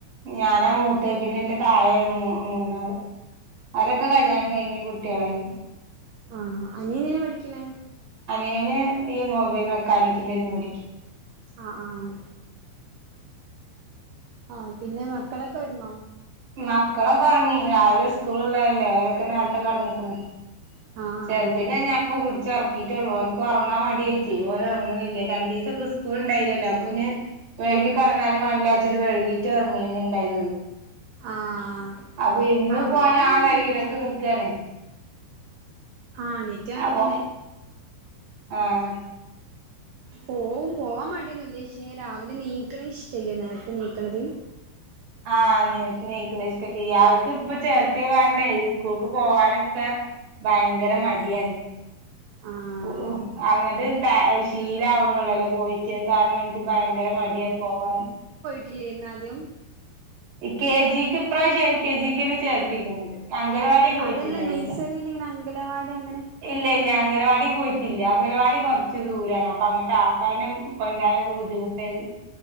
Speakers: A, on the right (about 50°); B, on the right (about 85°).
A: ഞാനാ മൂത്ത് പിന്നെ എന്റെ തായെ ഒരു മൂ മൂന്നാളും അവരൊക്കെ കല്യാണം കഴിഞ്ഞ് കുട്ടികളായി
B: ആഹ അനിയനെന്നിനാ പഠിക്കണെ
A: യന് ഈ മൊബൈൽ മെക്കാനിക്കിൻ്റ ത്തിന് പടിക്ക
B: ആഹ് ആഹ് ആഹ് പിന്നെ മക്കളൊക്കെ ഇടുന്നോ
A: മക്കളെക്കൊറങ്ങി രാവിലെ സ്കൂളള്ളതല്ലേ അവരൊക്കെ നേരത്തെ കടന്നക്ക്ണ്
B: ആഹ്
A: ചെറുതിനെ ഞാപ്പൊ കുടിച്ച ഉറക്കിട്ടൊള്ളു ഓൻക്ക് ഉറങ്ങാൻ മടിയായിട്ടേ ഓനറ പിന്നെ രണ്ടീസംപൊ ഇസ്കൂളിണ്ടായില്ലല്ലോ അപ്പൊ പിന്നെ വെഴ്കി കടന്നാലും മലാചിട്ട് വഴ്കീട്ട് ഉറങ്ങി ണ്ടായി
B: ആഹ്
A: അപ്പൊ ഇന്ന്
B: ആഹ് ഇവിടെ
A: പോന
B: അതന്നെ
A: ആതായിരിക്കനൊക്കെ
B: അനിയത്തി
A: നിക്കാനേ
B: ആഹ് അനീറ്റ വന്നെനെ
A: അപ്പൊ ആഹ്
B: പോവും പോവാൻ മടിയൊന്നില്ല പക്ഷേ രാവിലെ നീക്കണ ഇഷ്ടല്ലേ നേരത്തെ നീക്കണത് <inaudible>
A: ആഹ നീക്ക്ണ നീക്ക്ണ ഇഷ്ടലൈയ് ഇയാൾക്ക് ഇപ്പ ചേർത്തിയ കാരണെയ് സ്കൂൾക്ക് പോവാനൊക്കെ ഭയങ്കര മടിയായി
B: ആഹ്
A: പൂ അങ്ങനത്തെ ശീലാവണെള്ളല്ലോ പോയിട്ട് ക്ക് ഭയങ്കര മടിയാണ് പോവാന്
B: ഇല്ലേയിരുന്ന ആദ്യം
A: കെ ജിക്ക് ഇപ്രാവശ്യം എൽ കെ ജിക്കെനെ ചേർത്തിക്ണത് അംഗലവാടി പോയിട്ടുണ്ടായിരുന്നില്ല
B: അതല്ല നെയ്സറിൽ ഇങ്ങനെ അംഗലവാടി അങ്ങനെ
A: ഇല്ല ഇല്ല അംഗൽവാടി പോയിട്ടില്ല അംഗൽവാടി കൊറച്ച് ദൂരാണ് അപ്പൊ അങ്ങട്ടാക്കാനും കൊൻ്റാനൊക്കെ ബുദ്ധിമുട്ടെല